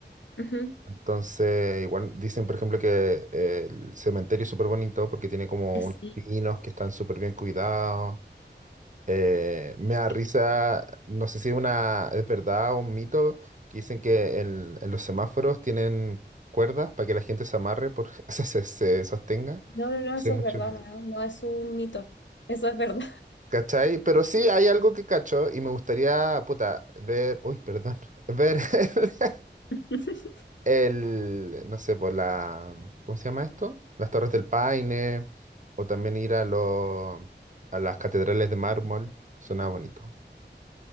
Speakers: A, on the left; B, on the right.
A: ujú.
B: Entonces, igual dicen, por ejemplo, que eh, el cementerio es súper bonito porque tiene como
A: Sí.
B: unos pinos que están súper bien cuidados eh, me da
A: sí.
B: risa, no sé si es una, es verdad o un mito, que dicen que en, en los semáforos tienen cuerdas para que la gente se amarre, por, <laughs> o sea, se, se sostenga.
A: No, no, no,
B: Sé
A: eso
B: mucho.
A: es verdad, no, no no es un mito. Eso es verdad.
B: ¿Cachai? Pero sí hay algo que cacho y me gustaría, puta, ver, uy, perdón, <laughs> ver <laughs>
A: <laughs>
B: el, no sé, por la, ¿cómo se llama esto? Las Torres del Paine, o también ir a, los a las catedrales de mármol, suena bonito.